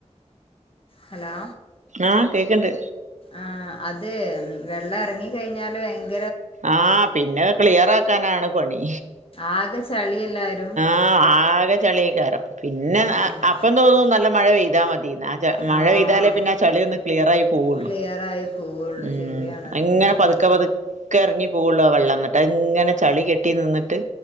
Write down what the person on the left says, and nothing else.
ഹലോ
ആഹ് അത് വെള്ളം ഇറങ്ങി കഴിഞ്ഞാല് ഭ
ആകെ ചളി എല്ലാരും
ഉം
ഉം
ആഹ്
ക്ലിയർ ആയി പോവുള്ളൂ
ശരിയാണത്
ഉം